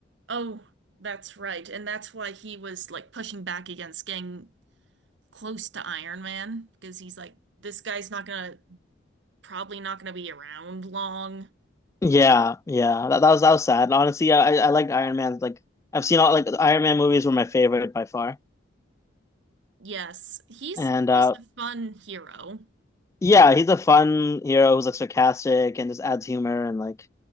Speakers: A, on the right (about 65°); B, on the left (about 15°).
A: Oh, that's right, and that's why he was like pushing back against getting close to Iron Man because he's like, this guy's not gonna probably not gonna be around long.
B: Yeah, yeah. That, that was that was sad. Honestly, yeah, I I like Iron Man. Like I've seen all like Iron Man movies were my favorite by far.
A: Yes, he's
B: And
A: just
B: uh
A: a fun hero.
B: yeah, he's a fun hero who's like sarcastic and just adds humor and like